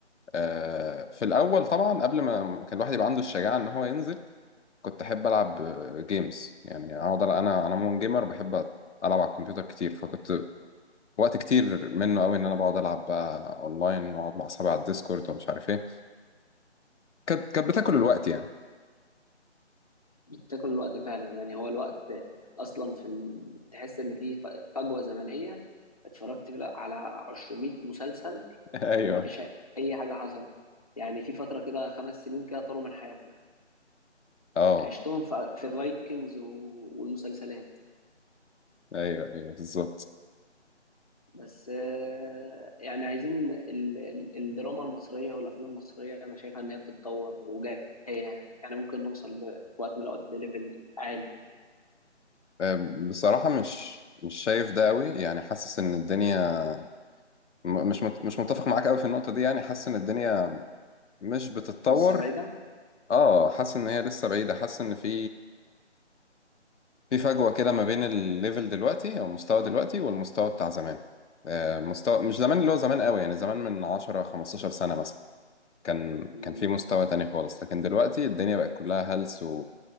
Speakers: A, on the left; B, on the left.
A: آه في الاول طبعا قبل ما ما كان الواحد يبقى عنده الشجاعه ان هو ينزل كنت احب العب جيمز يعني اقعد ألع- انا انا مون جيمر وبحب العب على الكمبيوتر كتير فكنت وقت كتير منه قوي ان انا بقعد العب بقى اونلاين واقعد مع اصحابي على الديسكورد ومش عارف ايه كانت كانت
B: آه،
A: بتاكل الوقت يعني
B: بتاكل الوقت فعلا يعني هو الوقت أصلا في ال... تحس إن في ف- فجوة زمنية اتفرجت على 200 مسلسل
A: <laughs> ايوه
B: ومفيش أي حاجة حصلت يعني في فترة كده خمس سنين كده طاروا من حياتنا
A: اه
B: عشتهم في في فايكنجز و- والمسلسلات
A: ايوه ايوه بالظبط
B: بس آه، يعني عايزين ال- ال- الدراما المصرية والأفلام المصرية أنا شايفها إن هي بتتطور وجاية يعني يعني ممكن نوصل ل- في وقت من الأوقات لليفل عالي
A: أم، بصراحة مش مش شايف ده قوي يعني حاسس ان الدنيا م- مش مت- مش متفق معاك قوي في النقطة دي يعني حاسس ان الدنيا مش بتتطور
B: لسه بعيدة
A: اه حاسس ان هي لسه بعيدة حاسس ان في في فجوة كده ما بين الليفل دلوقتي او المستوى دلوقتي والمستوى بتاع زمان آه، مستوى مش زمان اللي هو زمان قوي يعني زمان من 10 15 سنة مثلا كان
B: م-
A: كان في مستوى تاني خالص لكن دلوقتي الدنيا
B: م-
A: بقت كلها هلس